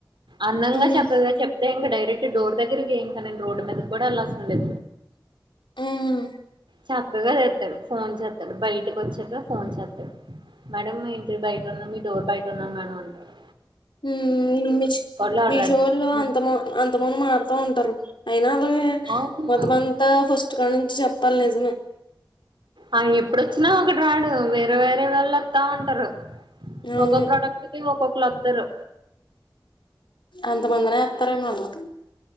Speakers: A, on the right; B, on the left.
A: అందంగా
B: మ్మ్
A: చక్కగా చెప్ తే ఇంగ డైరెక్ట్ డోర్ దగ్గరకే, ఇంకా నేన్ రోడ్ మీద అలాసిన
B: మ్మ్
A: చక్కగా చేస్తాడు ఫోన్ చేస్తాడు బయ బయటకి వచ్చాక ఫోన్ చేస్త మేడం మీ ఇంటి బయట ఉన్నా మీ డోర్ బయట ఉన్నాను మేడం అంటారు
B: <unintelligible>
A: లో ఆర్డర్
B: మేషోలో
A: పెడతాను
B: అంత మ అంతమంది మారుతా ఉంటారు అయినా అది
A: అవును
B: మొత్తమం అంత ఫస్ట్ నుంచి చెప్పాలి నిజమే
A: ఆ ఎప్పుడుచ్చిన ఒకటి రాడు వేరే వేరే వాళ్ళు వత్త ఉంటారు
B: అవును
A: మొగ ప్రోడక్ట్ కి ఒక్కొక్క వతరు
B: అంతమందిన అత్రే మళ్ళం